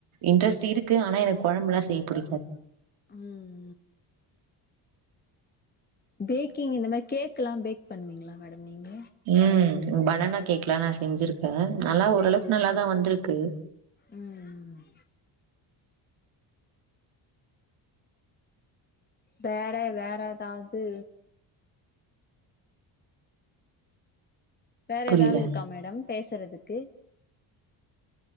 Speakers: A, on the right; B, on the left.
A: இன்ட்ரெஸ்ட் இருக்கு ஆனா எனக்கு கொழம்புல்லா செய்ய புடிக்காது
B: ம் பேக்கிங் இந்த மாரி கேக்ல்லாம் பேக் பண்வீங்களா மேடம் நீங்க
A: ம் பனானா கேக்கலாம் நா செஞ்சிருக்க நல்லா ஓரளவுக்கு நல்லாதான் வந்ருக்கு
B: ம் ம் வேற வேற எதாவது வேற
A: புரியல
B: எதாவுது இருக்கா மேடம் பேசுறதுக்கு